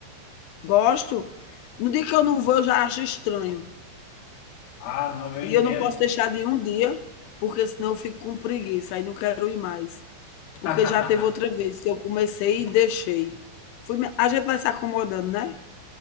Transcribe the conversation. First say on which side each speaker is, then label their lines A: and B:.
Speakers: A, on the left (about 90°); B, on the left (about 70°).
A: Gosto. No dia que eu não vou, eu já acho estranho.
B: Ah, não, eu
A: E
B: entendo.
A: eu não posso deixar de ir um dia, porque senão eu fico com preguiça, aí não quero ir mais. Porque
B: <laughs>
A: já teve outra vez que eu comecei e deixei. Fui me- a gente vai se acomodando, né?